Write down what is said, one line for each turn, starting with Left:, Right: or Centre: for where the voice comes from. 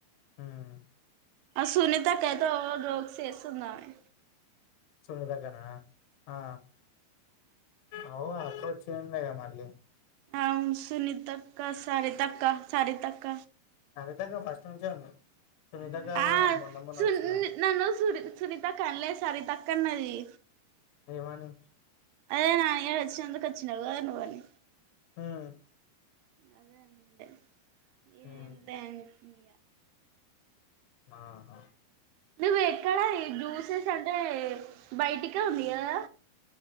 Left: మ్మ్
Right: ఆ సునీతక్కైతే ఓ జోక్స్ ఏస్తుందామె.
Left: సునీతక్కనా ఆ అవ్వు వచ్చిండే గా మళ్ళీ
Right: ఆ సునీతక్క సరితక్క సరితక్క
Left: సరితక్క ఫస్ట్ నుంచే ఉంది. సునీతక్క
Right: మ్ ఆఁ
Left: మొన్న మొన్న
Right: సున్
Left: వచ్చిందంట
Right: నన్ను సుని సునితక్క అన్లేద్ సరితక్కన్నది.
Left: ఏమని
Right: అదే నాని గాడు వచ్చినందుకు వచ్చినవ్ కదా నువ్వని
Left: మ్మ్
Right: అదే అనుండే ఏంలే
Left: ఉమ్
Right: అని చెప్పిన ఇగ
Left: ఆ హాఁ
Right: నువ్ ఎక్కడ ఈ జ్యూసెస్ అంటే బయటికే ఉంది కదా